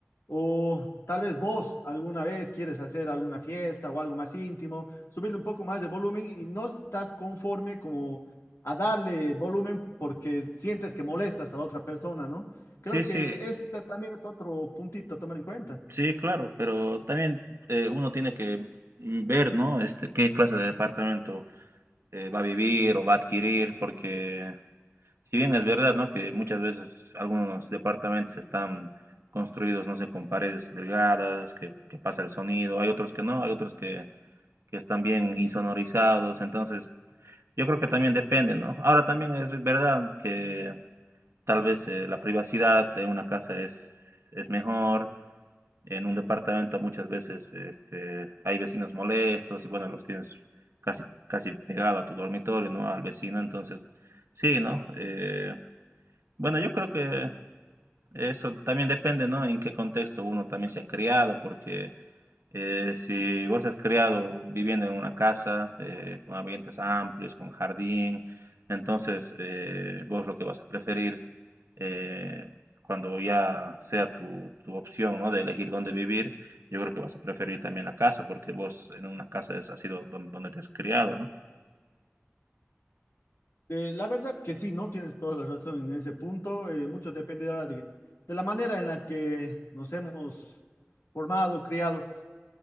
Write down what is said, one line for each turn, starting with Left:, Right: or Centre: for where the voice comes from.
Left: O tal vez vos alguna vez quieres hacer alguna fiesta o algo más íntimo, subirle un poco más de volumen y no estás conforme como a darle volumen porque sientes que molestas a la otra persona, ¿no? Creo
Right: Sí, sí,
Left: que este también es otro puntito a tomar en cuenta.
Right: Sí, claro, pero también eh, uno tiene que ver, ¿no? Este, qué clase de departamento eh, va a vivir o va a adquirir, porque si bien es verdad, ¿no? Que muchas veces algunos departamentos están construidos, no sé, con paredes delgadas, que, que pasa el sonido, hay otros que no, hay otros que, que están bien insonorizados, entonces yo creo que también depende, ¿no? Ahora también es verdad que tal vez eh, la privacidad de una casa es, es mejor, en un departamento muchas veces este, hay vecinos molestos y bueno, los tienes casi, casi pegado a tu dormitorio, ¿no? Al vecino, entonces sí, ¿no? Eh, bueno, yo creo que eso también depende, ¿no? En qué contexto uno también se ha criado, porque eh, si vos has creado viviendo en una casa eh, con ambientes amplios, con jardín, entonces eh, vos lo que vas a preferir eh, cuando ya sea tu, tu opción, ¿no? de elegir dónde vivir, yo creo que vas a preferir también la casa, porque vos en una casa es, ha sido don- donde, te has criado, ¿no?
Left: Eh, la verdad que sí, ¿no? Tienes toda la razón en ese punto. eh, mucho depende ahora de, de la manera en la que nos hemos formado, criado.